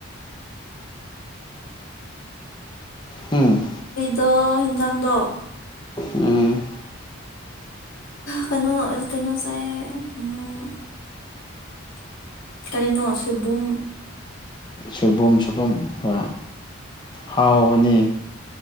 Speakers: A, on the left; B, on the left.
A: ꯎꯝ
B: ꯗꯣ ꯍꯤꯟꯖꯥꯡꯗꯣ
A: ꯎꯝ
B: ꯀꯩꯅꯣ ꯀꯩꯅꯣ ꯆꯥꯢꯌꯦ ꯑꯝ ꯀꯔꯤꯅꯣ ꯁꯣꯏꯕꯨꯝ
A: ꯁꯣꯏꯕꯨꯝ ꯁꯣꯏꯕꯨꯝ ꯍꯣꯏ ꯍꯥꯎꯕꯅꯦ